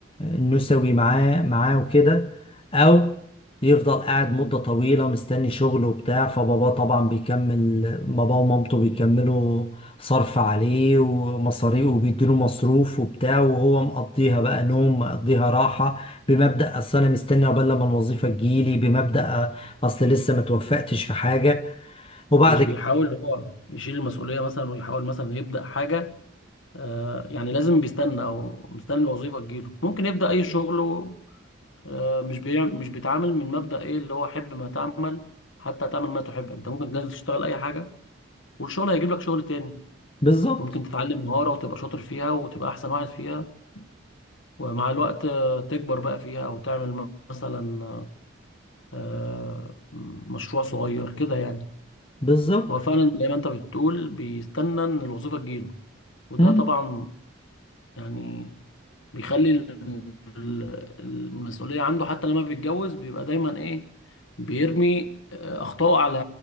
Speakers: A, on the left; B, on the left.
A: النسوي معاه معاه وكده او يفضل قاعد مدة طويلة مستني شغله وبتاع فباباه طبعا بيكمل باباه ومامته بيكملوا صرف عليه ومصاريف وبيديله مصروف وبتاع وهو مقضيها بقى نوم مقضيها راحة بمبدأ أصل أنا مستني عقبال لما الوظيفة تجيلي بمبدأ أصل لسه ما توفقتش في حاجة وبعد
B: مش
A: كده
B: بيحاول هو يشيل المسؤوليه مثلا ويحاول مثلا يبدا حاجه آه، يعني لازم بيستنى او مستني الوظيفه تجيله ممكن يبدا اي شغل آه، مش بيعمل مش بيتعامل من مبدأ ايه اللي هو حب ما تعمل حتى تعمل ما تحب انت ممكن تنزل تشتغل اي حاجة والشغل هيجيب لك شغل تاني
A: بالظبط
B: ممكن تتعلم مهارة وتبقى شاطر فيها وتبقى احسن واحد فيها ومع الوقت آه، تكبر بقى فيها او تعمل م- مثلا آه، آه، مشروع صغير كده يعني
A: بالظبط
B: هو فعلا زي ما انت بتقول بيستنى ان الوظيفة تجيله وده
A: مم.
B: طبعا يعني بيخلي ال- ال- المسؤولية عنده حتى لما بيتجوز بيبقى دايما ايه بيرمي آه، أخطائه على